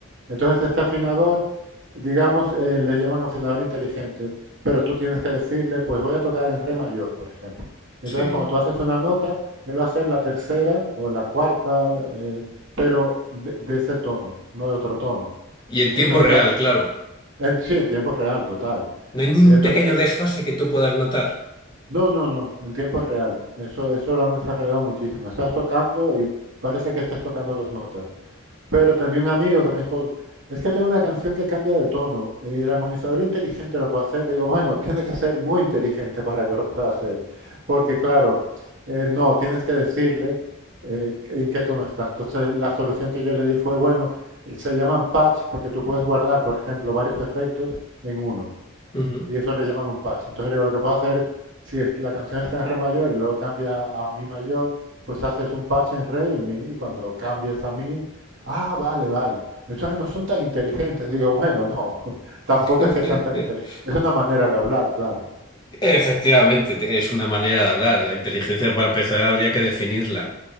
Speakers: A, on the right; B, on the left.
A: Entonces este afinador, digamos, eh, le llaman afinador inteligente, pero tú tienes que decirle, pues voy a tocar en re mayor, por ejemplo. Entonces
B: sí.
A: cuando tú haces una nota, él va a hacer la tercera o la cuarta, eh, pero de, de ese tono, no de otro tono.
B: Y en tiempo
A: Y entonces
B: real,
A: me, ac-
B: claro.
A: en, sí, en tiempo real, total.
B: No hay ni un
A: Y entonces,
B: pequeño desfase que tú puedas notar.
A: no, no, no, en tiempo real. Eso, eso lo han desarrollado muchísimo. Estás tocando y parece que estás tocando dos notas. Pero tenía un amigo que me dijo, es que tengo una canción que cambia de tono. eh, El armonizador inteligente lo puede hacer. Le digo, bueno, <laughs> tiene que ser muy inteligente para que lo pueda hacer. Porque claro, eh, no, tienes que decirle eh, en qué tono está. Entonces, la solución que yo le di fue, bueno, se llaman patch porque tú puedes guardar, por ejemplo, varios efectos en uno.
B: Ujú.
A: Y eso le llaman un patch. Entonces le digo, lo que puedo hacer, si es- la canción está en re mayor y luego cambia a mi mayor, pues haces un patch en re y en mi, y cuando cambies a mi, ah, vale, vale. Entonces no son tan inteligentes. Digo, bueno, no, <laughs>
B: <laughs>
A: tampoco es que sean tan inteligentes. Es una manera de hablar, claro.
B: Efectivamente, te- es una manera de hablar. La inteligencia, para empezar, habría que definirla.